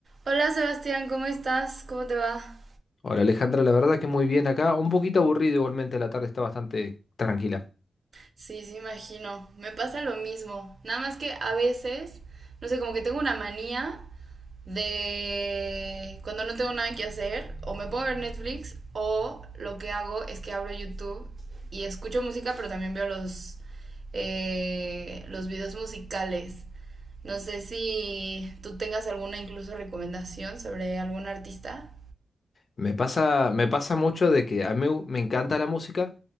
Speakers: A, on the right; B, on the left.
A: Hola Sebastián, ¿cómo estás? ¿Cómo te va?
B: Hola Alejandra, la verdad que muy bien acá, un poquito aburrido igualmente, la tarde está bastante tranquila.
A: Sí, sí, me imagino. Me pasa lo mismo. Nada más que a veces, no sé, como que tengo una manía de cuando no tengo nada que hacer, o me pongo a ver Netflix, o lo que hago es que abro YouTube y escucho música, pero también veo los, eh, los videos musicales. No sé si tú tengas alguna incluso recomendación sobre algún artista.
B: Me pasa, me pasa mucho de que a mí u- me encanta la música,